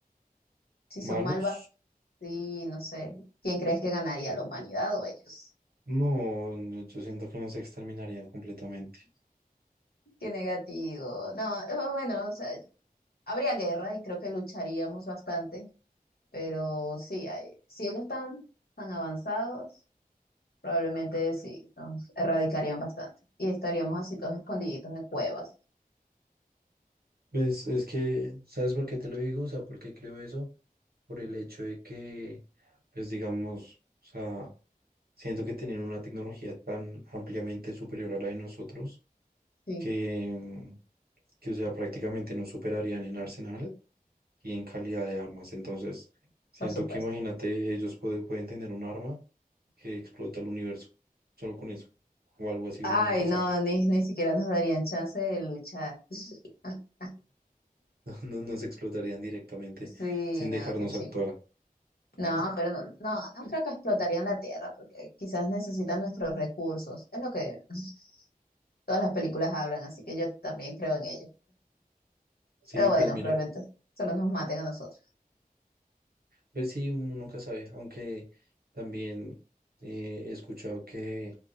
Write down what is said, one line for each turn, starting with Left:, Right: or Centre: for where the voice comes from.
Left: si son
Right: ¿Malos?
Left: malvados, sí, no sé, ¿quién crees que ganaría, la humanidad o ellos?
Right: No, no, yo siento que no se exterminarían completamente.
Left: Qué negativo. No, eh, bueno, o sea, habría guerra y creo que lucharíamos bastante, pero sí, hay- si ellos están tan avanzados, probablemente sí, nos erradicarían bastante y estaríamos así todos escondiditos en cuevas.
Right: Pues es que, ¿sabes por qué te lo digo? O sea, ¿por qué creo eso? Por el hecho de que, pues digamos, o sea, siento que tienen una tecnología tan ampliamente superior a la de nosotros
Left: Sí,
Right: que, mm, que o sea, prácticamente nos superarían en arsenal y en calidad de armas. Entonces, siento
Left: por supuesto.
Right: que imagínate, ellos puede- pueden tener un arma que explota el universo, solo con eso, o algo así,
Left: Ay,
Right: uno nunca sabe.
Left: no, ni, ni siquiera nos darían chance de luchar. <laughs>
Right: no- nos explotarían directamente
Left: Sí,
Right: sin dejarnos
Left: no, qué chido.
Right: actuar.
Left: No, pero no, no, no creo que explotarían la Tierra, porque quizás necesitan nuestros recursos. Es lo que <laughs> todas las películas hablan, así que yo también creo en ello.
Right: Sí,
Left: Pero
Right: pues
Left: bueno,
Right: mira,
Left: probablemente solo nos maten a nosotros.
Right: pues sí, uno nunca sabe, aunque también eh, he escuchado que,